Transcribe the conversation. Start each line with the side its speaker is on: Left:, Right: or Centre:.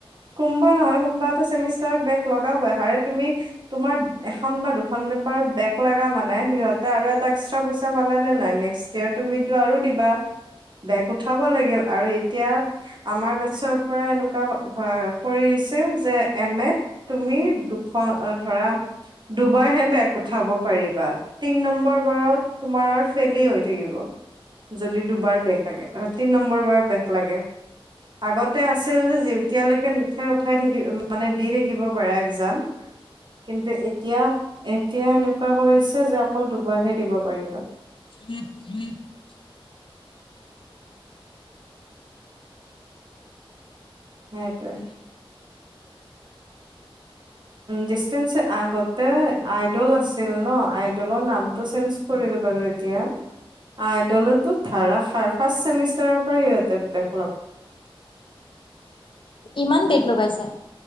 Right: কোনবা নহয় কোনবা এটা চেমিষ্টাৰত বেক লগাবই হাৰে তুমি তোমাৰ এখন বা দুখন <unintelligible> পেপাৰত বেগ লগা মানে সিহঁতে আৰু এটা এক্সট্ৰা পইচা পালে নে নাই নেক্সট ইয়েৰত তুমিতো আৰু দিবা বেগ উঠাব লাগিল আৰু এতিয়া আমাৰ বেছৰ পৰা এনেকুৱা কৰিছে যে এম এত তুমি দুশ অ অ ধৰা দুবাৰ হে বেক উঠাব পাৰিবা তিন নম্বৰ বাৰত তোমাৰ ফেইলেই হৈ থাকিব যদি দুবাৰ বেগ লাগে তিন নম্বৰ বাৰ বেগ লাগে আগতে আছিল যে যেতিয়ালৈকে নুঠে উঠাই থাকি মানে দি থাকিব পাৰা যাম কিন্তু এতিয়া এতিয়া এনেকুৱা কৰিছে যে অকল দুবাৰহে দিব পাৰিবা
Left: <unintelligible>
Right: সেইটোৱে ডিচটেন্স আগতে আইডল আছিল ন আইডলৰ নাম টো চেঞ্জ কৰিলো বাৰু এতিয়া আই বিদ্যালয়তো ধাৰাসাৰ ফাৰ্ষ্ট চেমিষ্টাৰৰ পৰা সিহঁতে বেগ
Left: ইমান বেগ লগাইছে